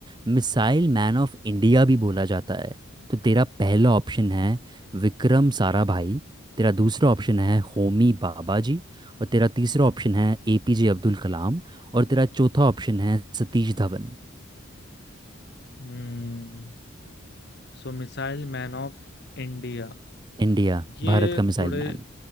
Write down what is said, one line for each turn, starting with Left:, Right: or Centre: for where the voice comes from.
Right: मिसाइल मैन ऑफ इंडिया भी बोला जाता है तो तेरा पहला ऑप्शन है विक्रम साराभाई तेरा दूसरा ऑप्शन है होमी बाबा जी और तेरा तीसरा ऑप्शन है एपीजे अब्दुल कलाम और तेरा चौथा ऑप्शन है सतीश धवन
Left: हम्म So missile man of India
Right: इंडिया
Left: ये
Right: भारत का मिसाइल
Left: थोड़े
Right: मैन